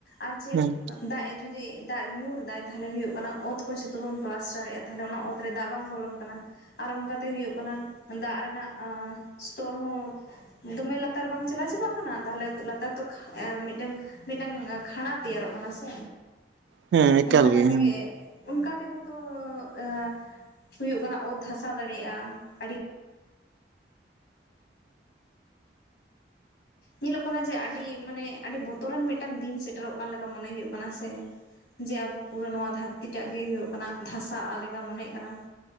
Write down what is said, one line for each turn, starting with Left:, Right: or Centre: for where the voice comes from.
Left: ᱟᱨ ᱪᱮᱫᱼᱼ
Right: ᱦᱮᱸ
Left: ᱫᱟᱜ ᱮ ᱡᱩᱫᱤ ᱫᱟᱜ ᱧᱩᱨ ᱮᱫᱟᱭ ᱛᱟᱦᱚᱞᱮ ᱦᱩᱭᱩᱜ ᱠᱟᱱᱟ ᱚᱛ ᱠᱚ ᱡᱷᱚᱛᱚ ᱵᱚᱱ ᱯᱞᱟᱥᱴᱟᱨᱮᱜ-ᱟ ᱛᱟᱦᱚᱞᱮ ᱚᱱᱟ ᱚᱛ <unintelligible> ᱫᱟᱜ ᱵᱟᱝ ᱵᱚᱞᱚᱱ ᱠᱟᱱᱟ ᱟᱨ ᱚᱱᱠᱟ ᱾ ᱛᱮ ᱦᱩᱭᱩᱜ ᱠᱟᱱᱟ ᱫᱟᱜ ᱨᱮᱱᱟᱜ ᱥᱛᱚᱨ ᱦᱚᱸᱼᱼ ᱫᱚᱢᱮ ᱞᱟᱛᱟᱨ ᱵᱟᱝ ᱪᱟᱞᱟᱣ ᱪᱟᱵᱟᱜ ᱠᱟᱱᱟ ᱛᱟᱦᱚᱞᱮ ᱞᱟᱛᱟᱨ ᱛᱚ ᱢᱤᱫᱴᱮᱱ ᱢᱤᱫᱴᱟᱝ ᱠᱷᱟᱸᱲᱟ ᱛᱮᱭᱟᱨᱚᱜ ᱠᱟᱱᱟ ᱥᱮ
Right: ᱦᱮᱸ ᱮᱠᱟᱞ
Left: ᱚᱱᱠᱟ ᱠᱟᱛᱮ
Right: ᱜᱮ ᱦᱮᱸ
Left: ᱜᱮᱼᱼ ᱚᱱᱠᱟ ᱛᱮᱦᱚᱸ ᱛᱚ ᱮ ᱦᱩᱭᱩᱜ ᱠᱟᱱᱟ ᱚᱛ ᱫᱷᱟᱥᱟ ᱫᱟᱲᱮᱭᱟᱜᱼᱟ ᱟᱹᱰᱤ ᱧᱮᱞᱚᱜ ᱠᱟᱱᱟ ᱡᱮ ᱟᱹᱰᱤ ᱢᱟᱱᱮ ᱟᱹᱰᱤ ᱵᱚᱛᱚᱨᱟᱱ ᱢᱤᱫᱴᱟᱝ ᱫᱤᱱ ᱥᱮᱴᱮᱨᱚᱜ ᱠᱟᱱ ᱞᱮᱠᱟ ᱢᱚᱱᱮ ᱦᱩᱭᱩᱜ ᱠᱟᱱᱟ ᱥᱮ ᱾ ᱡᱮ ᱟᱵᱚ ᱯᱩᱨᱟᱹ ᱱᱚᱣᱟ ᱫᱷᱟᱹᱨᱛᱤ ᱴᱟᱜ ᱜᱮ ᱦᱩᱭᱩᱜ ᱠᱟᱱᱟ ᱫᱷᱟᱥᱟᱣ ᱟ ᱞᱮᱠᱟ ᱢᱚᱱᱮᱜ ᱠᱟᱱᱟ ᱾